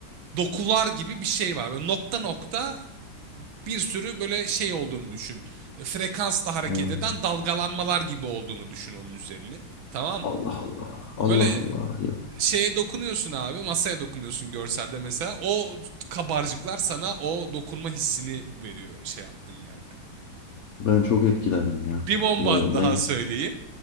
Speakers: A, on the right; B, on the left.
A: dokular gibi bir şey var. Böyle nokta nokta bir sürü böyle şey olduğunu düşün. E, frekansla hareket
B: Ha,
A: eden dalgalanmalar gibi olduğunu düşün onun üzerinin. Tamam
B: Allah
A: mı?
B: Allah. Allah
A: Böyle
B: Allah ya.
A: şeye dokunuyorsun abi masaya dokunuyorsun görselde mesela o kabarcıklar sana o dokunma hissini veriyor şey yaptığın yerde.
B: Ben çok etkilendim ya.
A: Bir bomba
B: Ya
A: daha
B: ben
A: söyleyeyim.